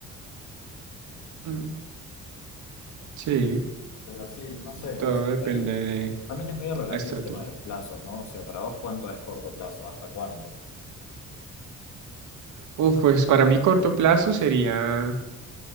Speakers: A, on the right; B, on the left.
A: Mm, Sí,
B: Pero sí, no sé,
A: todo
B: o sea, por
A: depende
B: ahí
A: de
B: también es medio relativo
A: la estrategia.
B: el tema de los plazos, ¿no? O sea, para vos, ¿cuánto es corto plazo? ¿Hasta cuánto?
A: Uf, pues para mí corto plazo sería